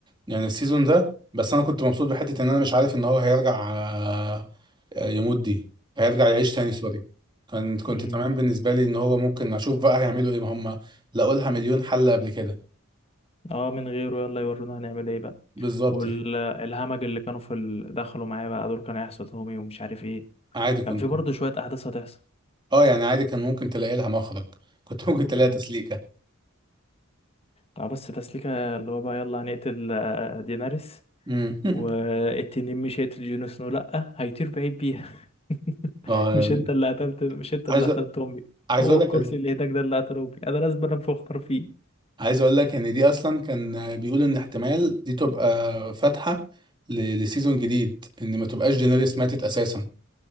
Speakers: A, on the right (about 20°); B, on the left (about 30°).
A: يعني السيزون ده بس انا كنت مبسوط بحته ان انا مش عارف ان هو هيرجع آه، يموت دي هيرجع يعيش تاني سوري كنت كنت
B: امم
A: تمام بالنسبه لي ان هو ممكن اشوف بقى هيعملوا ايه ما هم لقوا لها مليون حل قبل كده
B: اه من غيره يلا يورونا هنعمل ايه بقى
A: بالظبط
B: والهمج
A: يعني
B: اللي كانوا في ال... دخلوا معايا بقى دول كانوا هيحصل همي ومش عارف ايه
A: عادي كنت
B: كان في برضه شوية احداث هتحصل
A: اه يعني عادي كان ممكن تلاقي لها مخرج كنت ممكن تلاقي
B: امم
A: تسليكه
B: اه بس تسليكة اللي هو بقى يلا هنقتل آه، دينارس
A: امم
B: والتنين
A: <laughs>
B: مش هيقتل جون سنو لأ هيطير بعيد بيها <laughs>
A: اه
B: مش انت اللي قتلت مش انت
A: عايز
B: اللي قتلت امي
A: عايز
B: هو
A: اقول
B: الكرسي
A: لك
B: اللي هناك ده اللي قتل امي انا لازم انام في اختار فيه
A: عايز اقول لك ان دي اصلا كان بيقولوا ان احتمال دي تبقى فاتحه ل- لسيزون جديد ان ما تبقاش دينيريس ماتت اساسا